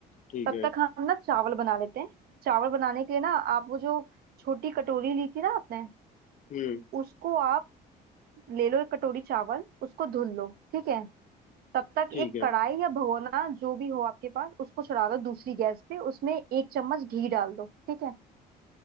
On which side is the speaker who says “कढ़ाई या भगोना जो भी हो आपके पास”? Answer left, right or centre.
Right